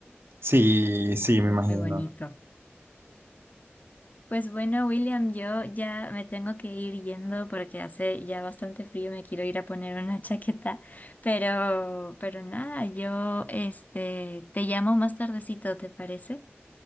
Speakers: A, on the right; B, on the left.
A: Sí, sí, me imagino.
B: Muy bonito. Pues bueno, William, yo ya me tengo que ir yendo porque hace ya bastante frío, me quiero ir a poner una <laughs> chaqueta, pero, pero nada, yo este te llamo más tardecito, ¿te parece?